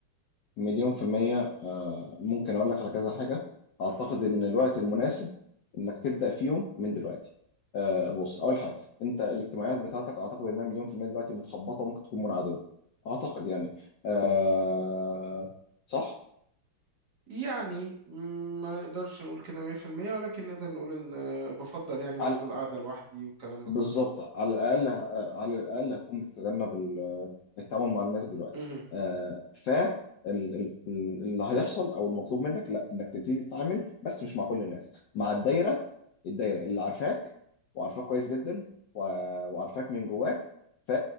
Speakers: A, on the left; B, on the right.
A: مليون في المية آه، ممكن أقول لك على كذا حاجة أعتقد
B: مهم.
A: إن الوقت المناسب إنك تبدأ فيهم من دلوقتي آه، بص أول حاجة أنت الاجتماعيات بتاعتك أعتقد إنها مليون في المية دلوقتي متخبطة ممكن تكون منعدمة أعتقد يعني آه، صح؟
B: يعني مم، ما نقدرش نقول كده 100% ولكن نقدر نقول ان آه، بفضل يعني برضو
A: على
B: القعده لوحدي والكلام ده
A: بالظبط
B: كله
A: على الاقل على الاقل هتكون بتتجنب ال- التعامل مع الناس دلوقتي
B: مهم.
A: آه، ف ال- ال- ال- اللي هيحصل او المطلوب منك لا انك تبتدي تتعامل بس مش مع كل الناس مع الدايره الدايره اللي عارفاك وعارفاك كويس جدا و- وعارفاك من جواك ف